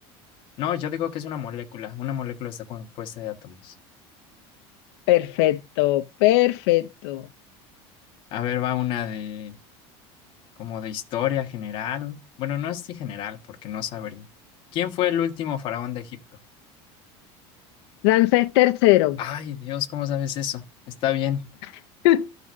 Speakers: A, on the left; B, on the left.
A: No, yo digo que es una molécula. Una molécula está compuesta de átomos.
B: Perfecto, perfecto.
A: A ver, va una de... como de historia general. Bueno, no es de general, porque no sabría. ¿Quién fue el último faraón de Egipto?
B: Ramsés tercero.
A: Ay, Dios, ¿cómo sabes eso? Está bien.
B: <laughs> Lo que